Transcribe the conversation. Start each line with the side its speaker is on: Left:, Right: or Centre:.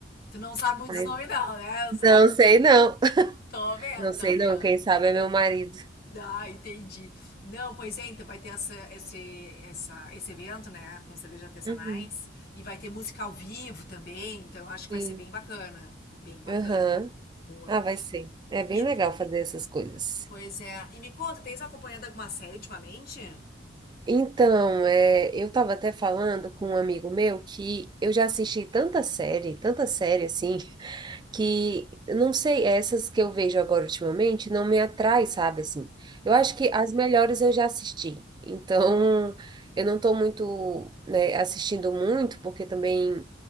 Left: Tu não sabe muitos
Right: Mas
Left: nomes não, né? <laughs> Eu sabe-
Right: Não sei, não.
Left: Tô vendo,
Right: Não sei
Left: tô vendo.
Right: não, quem sabe é meu marido.
Left: Ah, entendi. Não, pois é, então vai ter essa, esse, essa, esse evento, né, com cerveja artesanais
Right: Uhum.
Left: e vai ter música ao vivo também, então eu acho que
Right: Sim.
Left: vai ser bem bacana, bem bacana.
Right: Aham.
Left: Boa.
Right: Ah, vai ser. É
Left: E,
Right: bem legal fazer essas coisas.
Left: pois é, e me conta, tens acompanhado alguma série ultimamente?
Right: Então, é, eu estava até falando com um amigo meu que eu já assisti tanta série, tanta série assim, <laughs> que eu não sei, essas que eu vejo agora ultimamente não me atrai, sabe assim. Eu
Left: Aham,
Right: acho que as melhores eu já assisti. Então, eu não estou muito, né, assistindo muito, porque também